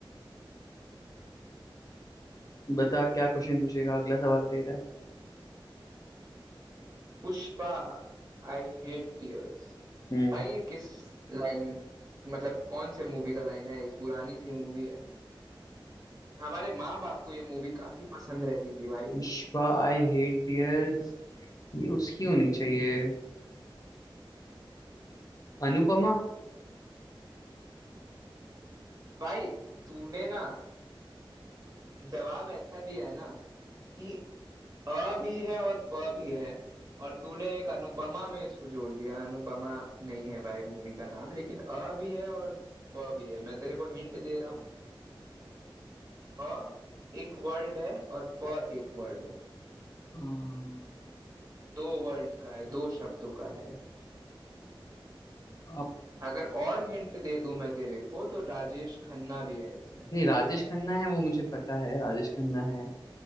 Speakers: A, on the left (about 45°); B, on the right (about 40°).
A: बता क्या क्वेश्चन पूछेगा अगला सवाल तेरा है
B: पुष्पा आई हेट टीयर्स
A: हम्म
B: भाई ये किस लाइन मतलब कौन से मूवी का लाइन है एक पुरानी सी मूवी है हमारे माँ बाप को ये मूवी काफी पसंद रहती थी भाई
A: पुष्पा आई हेट टीयर्स ये उसकी होनी चाहिए अनुपमा
B: भाई तूने ना जवाब ऐसा दिया है ना कि अ भी है और प भी है और तूने एक अनुपमा में इसको जोड़ दिया अनुपमा नहीं है भाई मूवी का नाम लेकिन अ भी है और प भी है मैं तेरे को हिंट दे रहा हूँ अ एक वर्ड है और प एक वर्ड है
A: अम,
B: दो वर्ड का है दो शब्दों का है
A: अप-
B: अगर और हिंट दे दूं मैं तेरे को तो राजेश खन्ना भी है इसमें
A: नहीं राजेश खन्ना है वो मुझे पता है राजेश खन्ना है